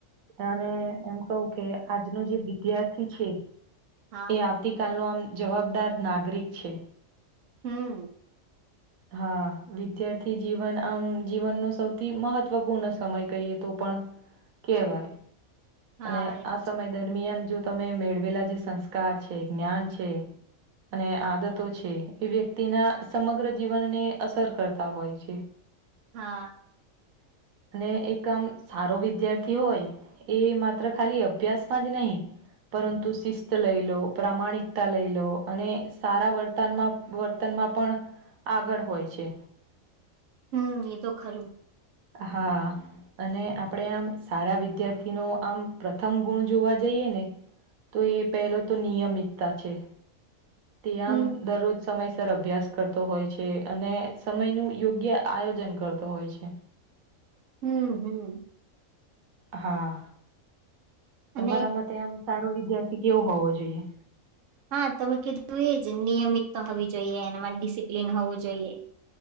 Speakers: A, on the right (about 80°); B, on the right (about 70°).
A: અને એમ કહું કે આજનો જે વિદ્યાર્થી છે
B: હા
A: એ આવતી કાલનો આમ જવાબદાર નાગરિક છે
B: હમ
A: હા વિદ્યાર્થી જીવન આમ જીવનનો સૌથી મહત્વપૂર્ણ સમય કહીએ તો પણ કેવાય
B: હા
A: અને
B: એ-
A: આ સમય દરમિયાન જો તમે મેળવેલા જે સંસ્કાર છે જ્ઞાન છે અને આદતો છે એ વ્યક્તિના સમગ્ર સમગ્ર જીવનને અસર કરતા હોય છે
B: હા
A: <inaudible> અને એક આમ સારો વિદ્યાર્થી હોય એ માત્ર ખાલી અભ્યાસમાં જ નહીં પરંતુ શિસ્ત લઈલો પ્રામાણિકતા લઈલો અને સારા વર્તનમાં વર્તન પણ આગળ હોય છે
B: હમ એ તો ખરું
A: હા અને આપણેે આમ સારા વિદ્યાર્થી ન આમ પ્રથમ ગુણ જોવા જઈએ ને તો એ પહેલો તો નિયમિતતા છે તે
B: હમ
A: આમ દરરોજ સમય તર અભ્યાસ કરતો હોય છે અને સમય નું યોગ્ય આયોજન કરતો હોય છે
B: હમ હમ
A: હા તમારા
B: અને
A: માટે આમ સારો વિદ્યાર્થી કેવો હોવો જોઈએ
B: હા તમે કીધું એ જ નિયમિત તો હોવી જોઈએ એમાં ડિસિપ્લિન હોવું જોઈએ